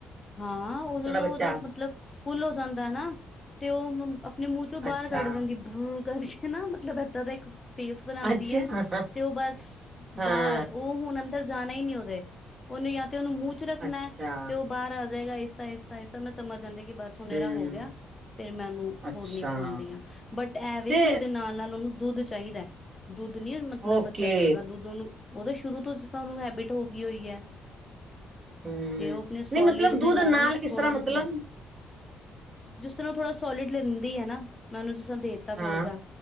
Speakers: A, on the left; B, on the right.
A: ਹਾਂ, ਉਹ ਜਦੋਂ
B: ਤੁਹਾਡਾ ਬੱਚਾ
A: ਉਹਦਾ ਮਤਲਬ ਫੁੱਲ ਹੋ ਜਾਂਦਾ ਹੈ ਨਾ ਤੇ ਉਹ ਆਪਣੇ ਮੂੰਹ 'ਚੋਂ ਬਾਹਰ
B: ਅੱਛਾ,
A: ਕੱਢ ਦਿੰਦੀ, ਬਰ ਕਰੀ ਨਾ ਮਤਲਬ ਇੱਦਾਂ ਦਾ ਇੱਕ ਫੇਸ ਬਣਾਉਂਦੀ
B: ਅੱਛਾ
A: ਹੈ ਤੇ ਉਹ ਬਸ
B: ਹਾਂ।
A: ਬਾਹਰ, ਉਹ ਹੁਣ ਅ ਅੰਦਰ ਜਾਣਾ ਹੀ ਨਹੀਂ ਉਹਦੇ, ਉਹਨੂੰ ਜਾਂ ਤੇ ਉਹਨੂੰ ਮੂੰਹ 'ਚ ਰੱਖਣਾ
B: ਅੱਛਾ
A: ਤੇ ਉਹ ਬਾਹਰ ਆ ਜਾਏਗਾ, ਇਸ ਤਾ ਇਸ ਤਾ ਇਸ ਤ੍ਹਾਂ ਮੈਂ ਸਮਝ ਜਾਂਦੀ ਕਿ ਬਸ ਹੁਣ
B: ਹੂੰ,
A: ਇਹਦਾ ਹੋ ਗਿਆ। ਫੇਿਰ ਮੈਂ ਉਹਨੂੰ
B: ਅੱਛਾ
A: ਹੋਰ ਨ ਖਵਾਉਂਦੀ ਹਾਂ, ਬਟ ਐਵੇ
B: ਤੇ
A: ਕਿ ਉਹਦੇ ਨਾਲ, ਨਾਲ ਉਹਨੂੰ ਦੁੱਧ ਚਾਹੀਦਾ, ਦੁੱਧ ਨੀ ਮਤਲਬ
B: ਓਕੇ
A: ਬੱਚਾ ਛੱਡਦਾ, ਦੁੱਧ ਉਹਨੂੰ ਉਹ ਤਾਂ ਸ਼ੁਰੂ ਤੋਂ, ਜਿਸ ਤਰਾਂ ੳਹਨੂੰ ਹੈਬਿਟ ਹੋ ਗਈ ਹੋਈ ਹੈ।
B: ਹੂੰ,
A: ਤੇ ਉਹ ਆਪਣੇ ਸੋਲਿਡ
B: ਨਹੀਂ ਮਤਲਬ
A: ਦੇ
B: ਦੁੱਧ ਨਾਲ ਕਿਸ
A: ਥੋੜਾ
B: ਤਰ੍ਹਾਂ
A: ਦੁੱਧ
B: ਮਤਲਬ
A: ਲੈ ਜਿਸ ਤਰ੍ਹਾਂ ਓ ਥੋੜ੍ਹਾ ਸੋਲਿਡ ਲੈਂਦੀ ਆ ਨਾ ਮੈਂ ਉਹਨੂੰ ਜਿਸ ਤਰ੍ਹਾਂ ਦੇ ਤਾ ਥੋੜਾ
B: ਹਾਂ,
A: ਸਾਂ